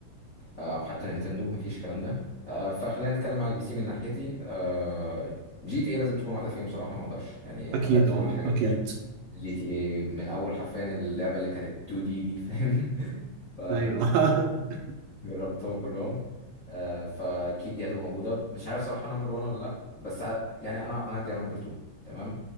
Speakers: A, on the left (about 45°); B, on the right (about 80°).
A: آه او حتى نينتندو مفيش الكلام ده آه فخلينا نتكلم على البي سي من ناحيتي آه جي تي اي لازم تكون واحده فيهم صراحه ما اقدرش يعني لعبت
B: أكيد أه
A: كل حاجه
B: أكيد
A: فيها. جي تي اي من اول حرفيا اللعبه اللي كانت 2 دي دي فاهم <laughs> ف
B: أيوه <laughs>
A: جربتهم كلهم آه، فاكيد دي هتبقى موجوده مش عارف صراحه نمبر 1 ولا لا بس ع- يعني انا انا عندي نمبر 2 تمام